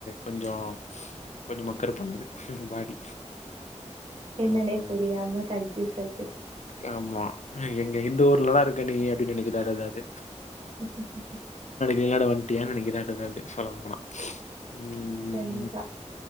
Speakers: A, on the left; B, on the right.
A: கொஞ்சொ கொஞ்சொ மக்கர் பண்ணுது பாடி.
B: என்னன்னே
A: ஓகே,
B: புரியாம கன்ஃபுயூஸ் ஆய்ட்டு
A: ஓகே. ஆமா எங்க இந்த ஊர்லதா இருக்க நீங்க அப்டின்னு இனைக்கு ஸ்டாட் ஆகாது
B: ஓகே கே
A: விளாட வண்டியா நனைக்கிறே அதுகார்டி சொல்லப் போனா ம்
B: கண்டிப்பா.